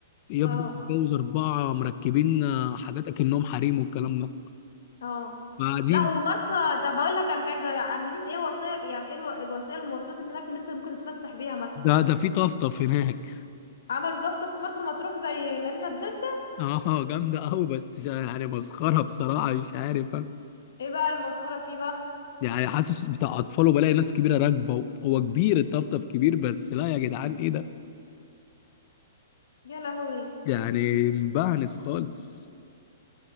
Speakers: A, on the left; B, on the left.
A: يفضل
B: اه
A: متجوز أربعة مركبين آه، حاجات أكنهم حريم والكلام ده
B: اه
A: فقاعدين
B: لا ومرسى طب اقول لك على حاجة عاملين ايه وسائل يعني ايه الو- وسائل المواصلات اللي هناك اللي انت ممكن تتفسح بيها مثلا
A: ده ده في طفطف هناك
B: عملوا دفتر في مرسى مطروح زي مارينا الدلتا
A: <laughs> اه جامدة أوي بس ش- يعني مسخرة بصراحة مش عارف أنا
B: ايه بقى المسخرة فيه بقى
A: يعني حاسس بتاع أطفال وبلاقي ناس كبيرة راكبة هو كبير الطفطف كبير بس لا يا جدعان إيه ده
B: يا لهوي
A: يعني مبهنس خالص